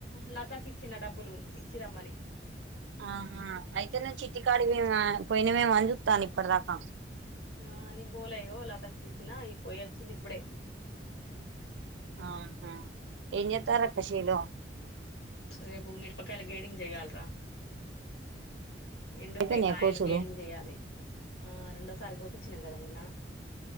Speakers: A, on the left; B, on the right.
A: లతాకి ఇచ్చిన డబ్బులు ఇచ్చిరమ్మని
B: ఆహా అయితేనేే చిట్టికాడి పోయిన పోయినవేమోని చూత్తాన ఇప్పటి దాకా
A: ఆ నేను పోలె ఇగో లతక్క కి ఇచ్చినా ఈ పోయి వచ్చింది ఇప్పుడే
B: ఆహ ఎం జెత్తారక్కా శిలు
A: రేపు మిరపకాయల గేడింగ్ చెయ్యాలరా ఎండుంటాయి
B: అయిపోయినాయా
A: కాయలు
B: కోసుడు
A: గేడింగ్ చేయాలి ఆ రెండోసారి గోపిచ్చినాం కదా మొన్న